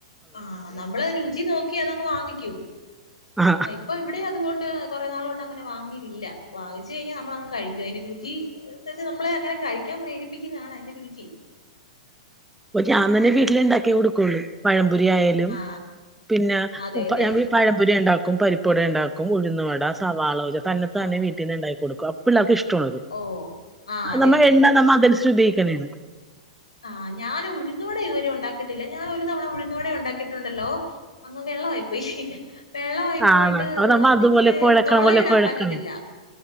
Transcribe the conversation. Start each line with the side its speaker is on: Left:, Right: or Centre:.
Left: ആഹ് നമ്മളത് രുചി നോക്കി അതങ്ങ് വാങ്ങിക്കും
Centre: ആ
Left: ഇപ്പൊ ഇവിടെം അതുകൊണ്ട് കുറെ നാൾ കൊണ്ട് അങ്ങനെ വാങ്ങിയിട്ടില്ല വാങ്ങിച്ച് കഴിഞ്ഞാൽ നമ്മളങ്ങ് കഴിക്കും അതിന്റെ രുചി എന്ന് വച്ചാ നമ്മളെ അങ്ങനെ കഴിക്കാൻ പ്രേരിപ്പിക്കുന്നതാണ് അതിന്റെ രുചി
Centre: അപ്പ ഞാൻ തന്നെ വീട്ടിൽ ഉണ്ടാക്കി കൊടുക്കോളു പഴംപൊരി ആയാലും
Left: ആ
Centre: പിന്നെഈ
Left: അതെല്ലേ
Centre: പഴംപൊരി ഉണ്ടാക്കും പരിപ്പുവട ഉണ്ടാക്കും ഉഴുന്നുവട ആ സവാള തന്നത്താന്നെ
Left: ആ
Centre: വീട്ടീന്ന് ഉണ്ടായി കൊടുക്കും അപ്പഴെല്ലാ വർക്ക് ഇഷ്ടുള്ളത്
Left: ഓ ആ അതെ
Centre: നമ്മ
Left: അതെ
Centre: എണ്ണ നമ്മ അതരിസം ഉപയോഗിക്കാനാണ്
Left: ആ ഞാൻ ഉഴുന്നുകൂടെ ഇതുവരെ ഉണ്ടാക്കിട്ടില്ല ഞാൻ ഒരു തവണ ഉഴുന്നോടെ ഉണ്ടാക്കിട്ടുണ്ടല്ലോ അങ്ങ് വെള്ളംആയിപ്പൊയ് <unintelligible> വെള്ളായി പോയിട്ട്
Centre: ആണ് അപ്പൊ നമ്മ
Left: അതിചിരെ
Centre: അതുപോലെ കുഴക്കണ
Left: തുളയിടാൻ
Centre: പോലെ കുഴക്കണേ
Left: പറ്റത്തില്ല